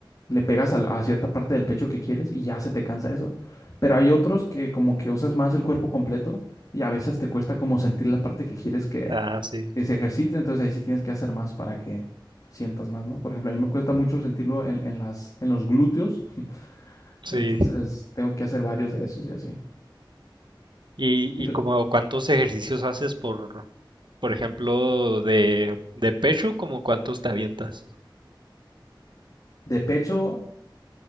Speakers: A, on the left; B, on the right.
A: le pegas al- a, cierta parte del pecho que quieres y ya se te cansa eso. Pero hay otros que como que usas más el cuerpo completo y a veces te cuesta como sentir la parte que quieres que,
B: Ah, sí.
A: que se ejercite, entonces ahí sí tienes que hacer más para que sientas más, ¿no? Por ejemplo, a mí me cuesta mucho sentirlo en, en las, en los glúteos
B: Sí.
A: entonces tengo que hacer varios de esos y así.
B: ¿Y,
A: Y
B: y
A: l-
B: como cuántos ejercicios haces por, Por ejemplo, de, de pecho, ¿como cuántos te avientas?
A: de pecho,